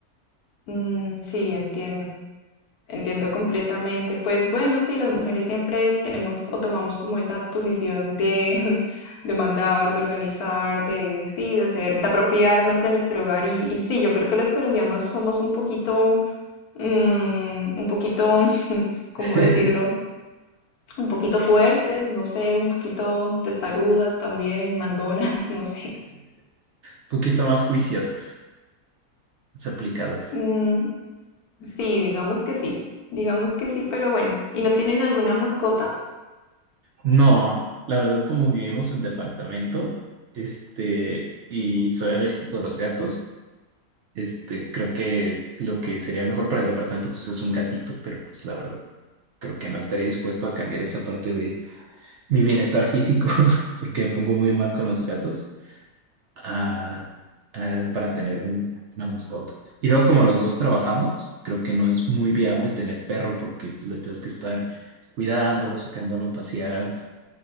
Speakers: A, on the left; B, on the right.
A: mm, sí, entiendo. Entiendo completamente. Pues bueno, sí, las mujeres siempre tenemos o tomamos como esa posición de, <laughs> de mandar, de organizar, de sí, de hacer, de apropiarnos de nuestro hogar. Y, y sí, yo creo que las colombianas somos un poquito, mm, un poquito, <laughs> ¿cómo
B: <laughs>
A: decirlo? Un poquito fuertes, no sé, un poquito testarudas también, mandonas, <laughs> no sé.
B: Un poquito más juiciosas, más aplicadas.
A: Mm, sí, digamos que sí, digamos que sí, pero bueno. ¿Y no tienen alguna mascota?
B: No, la verdad, como vivimos en departamento, este, y soy alérgico a los gatos, este, creo que lo que sería mejor para el departamento, pues es un gatito, pero pues la verdad, creo que no estaría dispuesto a cambiar esa parte de mi bienestar físico, <laughs> porque me pongo muy mal con los gatos, a- a- para tener un- una mascota. Y luego, como los dos trabajamos, creo que no es muy viable tener perro, porque pues, le tenemos que estar cuidándolos, sacándolo a pasear